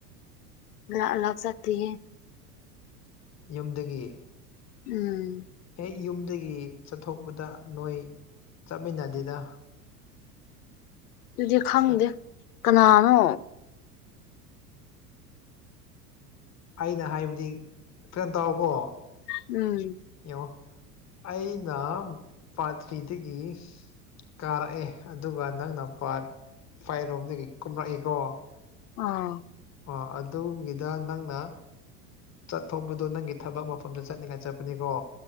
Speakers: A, on the left; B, on the left.
A: ꯑꯥꯂ ꯂꯥꯛ <unintelligible>
B: ꯌꯨꯝꯗꯒꯤ
A: ꯎꯝ
B: ꯍꯦꯛ ꯌꯨꯝꯗꯒꯤ ꯆꯠꯊꯣꯛꯄꯗ ꯅꯣꯏ ꯆꯠꯃꯤꯟꯅꯗꯤꯗ
A: ꯑꯗꯨꯗꯤ ꯈꯪꯗꯦ
B: ꯆꯠ
A: ꯀꯅꯥꯅꯣ
B: ꯑꯩꯅ ꯍꯥꯏꯕꯗꯤ ꯐꯖ ꯇꯥꯛꯑꯣꯀꯣ
A: ꯎꯝ
B: ꯌꯦꯡꯉꯣ ꯑꯩꯅ ꯄꯥꯇ꯭ꯔꯤꯗꯒꯤ ꯀꯥꯔꯛꯑꯦ ꯑꯗꯨꯒ ꯅꯪꯅ ꯄꯥꯠ ꯄꯥꯏꯔꯣꯝꯗꯒꯤ ꯀꯨꯝꯂꯛꯏꯀꯣ
A: ꯑꯥ
B: ꯑꯣ ꯑꯗꯨꯒꯤꯗ ꯅꯪꯅ ꯆꯠꯊꯣꯛꯄꯗꯨꯣ ꯅꯪꯒꯤ ꯊꯕꯛ ꯃꯐꯝꯗ ꯆꯠꯅꯤꯡꯉꯥꯏ ꯆꯠꯄꯅꯤꯀꯣ